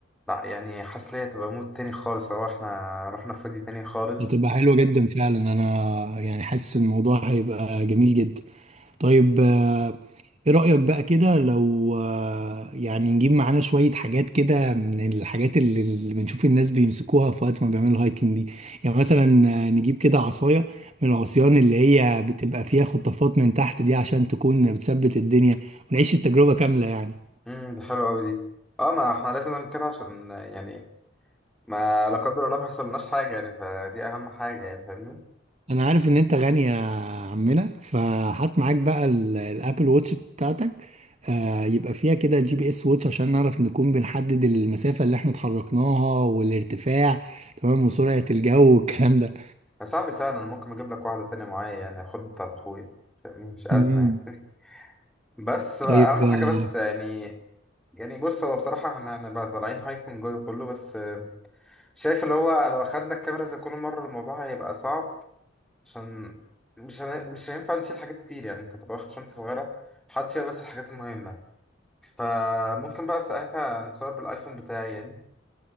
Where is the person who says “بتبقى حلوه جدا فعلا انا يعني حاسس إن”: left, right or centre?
Right